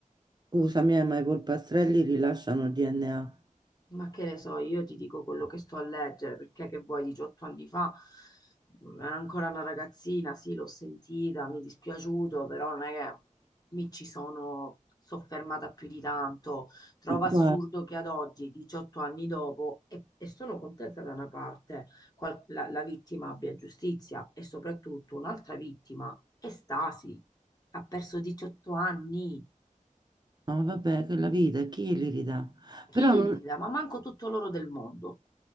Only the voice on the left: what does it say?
Ma che ne so, io ti dico quello che sto a leggere, perché che vuoi, 18 anni fa mh, era ancora una ragazzina, sì, l'ho sentita, mi è dispiaciuto, però non è che mi ci sono soffermata più di tanto. Trovo
assurdo
che ad oggi, 18 anni dopo, e, e sono contenta da una parte, qual- la, la vittima abbia giustizia e soprattutto un'altra vittima è Stasi, ha perso 18 anni.
Chi
glieli
dà? Ma manco tutto l'oro del mondo.